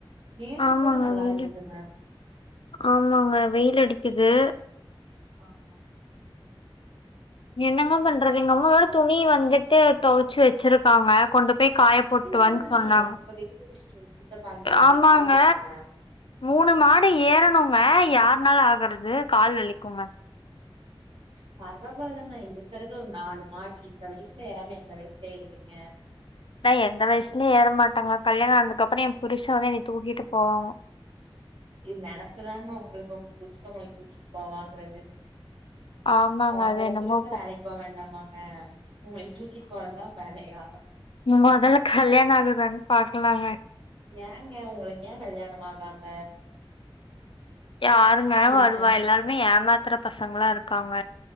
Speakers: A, on the right; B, on the left.
A: நேத்து
B: ஆமாங்க
A: கூட நல்லா
B: வெயில்
A: இருந்துதுங்க
B: ஆமாங்க வெயில் அடிக்குது
A: ஆமாங்
B: என்னங்க பண்றது எங்க அம்மா வேற துணி வந்துட்டு துவச்சு வெச்சிருக்காங்க கொண்டு போய் காய போட்டு வானு
A: போடுங்க
B: சொன்னாங்க
A: இப்ப வெயில் அடிக்குது சீக்கிரோ காஞ்சிரு
B: ஆமாங்க
A: போய் காய போட்ருங்க
B: மூணு மாடி ஏறணுங்க யார்னால ஆகறது கால் வலிக்குங்க
A: பரவால்லங்க இருக்கறது ஒரு நாலு மாடி இந்த வயசுல ஏறாம எந்த வயசுல ஏறுவீங்க
B: நா எந்த வயசுலயு ஏற மாட்டங்க கல்யாண ஆனதுக்கப்றோ என் புருஷ வந்து என்னை தூக்கிட்டு போவாங்க
A: இது நினப்புதாங்க உங்களுக்கு உங்க புருச உங்கள தூக்கிட்டு போவாங்கறது
B: ஆமாங்க
A: அவ அப்ப
B: அது
A: உங்க
B: என்னமோ
A: புருஷ வேலைக்கு போக வேண்டாமா ஆ உங்களை தூக்கிட்டு போறதுதா வேலையா
B: முதல்ல கல்யாண ஆகுதான்னு பாக்கலாங்க
A: ஏங்க உங்களுக்கு ஏ கல்யாணம் ஆகாம
B: யாருங்க
A: சொல்லுங்க
B: வருவா எல்லாருமே ஏமாத்தற பசங்களா இருக்காங்க